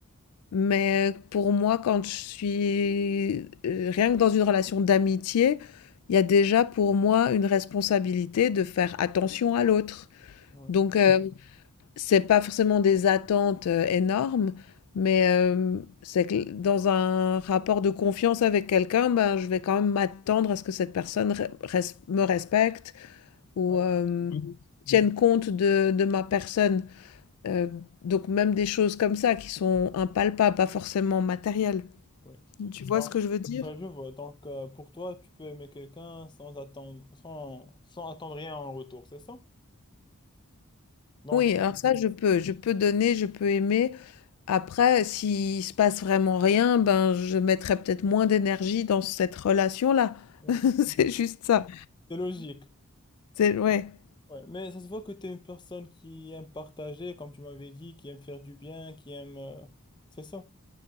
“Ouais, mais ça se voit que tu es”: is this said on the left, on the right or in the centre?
Left